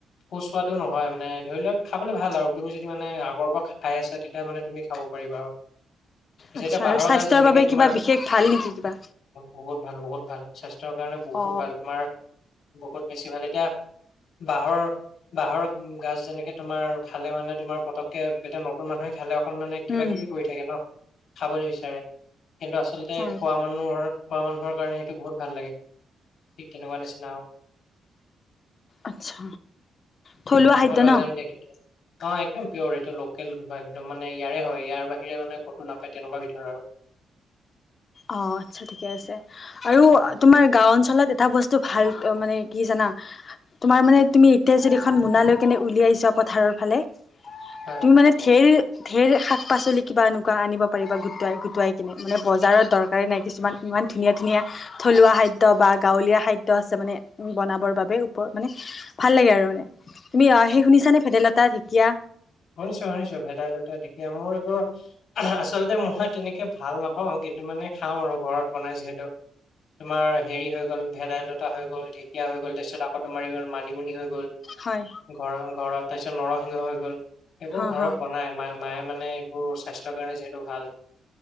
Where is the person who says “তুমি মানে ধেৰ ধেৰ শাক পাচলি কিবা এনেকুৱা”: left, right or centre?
Left